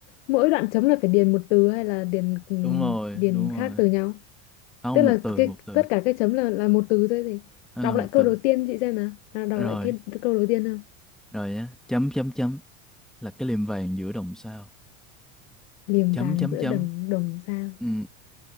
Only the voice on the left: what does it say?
Mỗi đoạn chấm là phải điền một từ hay là điền ừ,
điền
khác
từ nhau?
Tức là
cái
tất cả cái chấm là là một từ thôi thì
đọc
lại câu
đầu tiên chị xem nào. Nào đọc
lại cái câu đầu tiên thôi.
Liềm
vàng
giữa
đồng đồng sao?